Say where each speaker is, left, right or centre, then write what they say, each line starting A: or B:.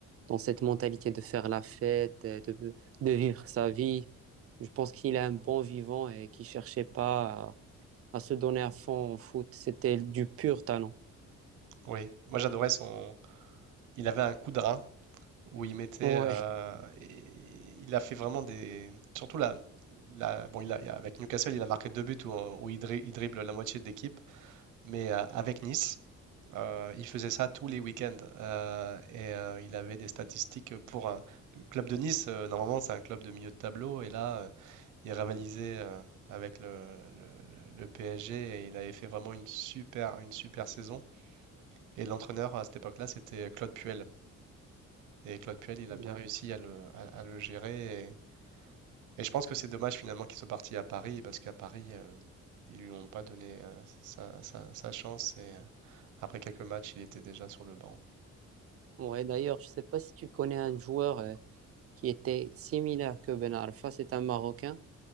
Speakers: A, on the right (about 50°); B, on the right (about 85°).
A: dans cette mentalité de faire la fête, euh, de, de vivre sa vie. Je pense qu'il est un bon vivant et qu'il cherchait pas à se donner à fond au foot. C'était du pur talent.
B: Oui, moi j'adorais son. Il avait un coup de rein où il mettait.
A: Ouais.
B: euh, et il a fait vraiment des. Surtout la. la... Bon, il a... il a- avec Newcastle, il a marqué deux buts où, où il, dri- il dribble la moitié de l'équipe. Mais euh, avec Nice, euh, il faisait ça tous les week-ends. euh, et euh, il avait des statistiques pour un. Le club de Nice, euh, normalement, c'est un club de milieu de tableau. Et là, euh, il rivalisait euh, avec le, le le- le PSG et il avait fait vraiment une super, une super saison. Et l'entraîneur à cette époque-là, c'était Claude Puel. Et Claude Puel, il
A: ouais.
B: a bien réussi à le, à, à le gérer. Et, et je pense que c'est dommage finalement qu'il soit parti à Paris, parce qu'à Paris, euh, ils lui ont pas donné euh, sa, sa- sa chance. Et euh, après quelques matchs, il était déjà sur le banc.
A: Ouais, d'ailleurs, je sais pas si tu connais un joueur euh, qui était similaire que Ben Arfa, c'est un Marocain.